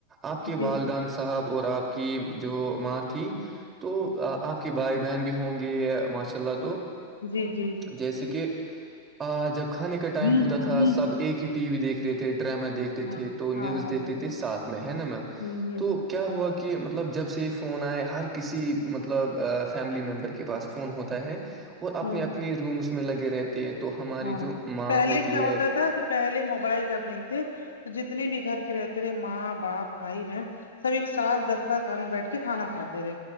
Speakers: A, on the right; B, on the left.
A: آپ کے
B: جی
A: والدین صاحب اور آپ کی جو ماں تھی تو آپ کی بھائی بہن بھی ہوں گی ماشاء اللہ تو
B: جی جی
A: جیسے کہ آ جب کھانے کا ٹائم
B: ہاں
A: ہوتا تھا سب ایک ہی ٹی وی دیکھ رہے تھے ڈراما دیکھتے
B: ہاں
A: تھے تو نیوز
B: ہاں
A: دیکھتے
B: بالکل
A: تھے ساتھ میں ہے نا میم
B: ہوں ہوں
A: تو کیا ہوا کہ مطلب جب سے فون آئے ہر کسی مطلب فیملی ممبر کے پاس فون ہوتا ہے اور اپنے
B: ہوں
A: اپنے رومس میں لگے رہتے ہیں تو ہماری
B: ہاں
A: جو ماں
B: پہلے
A: ہوتی
B: کیا
A: ہے
B: ہوتا تھا کہ پہلے موبائل جب نہیں تھے تو جتنے بھی گھر کے رہتے رہے ماں باپ بھائی بہن سب ایک ساتھ دستار خان میں بیٹھ کے کھانا کھاتے رہے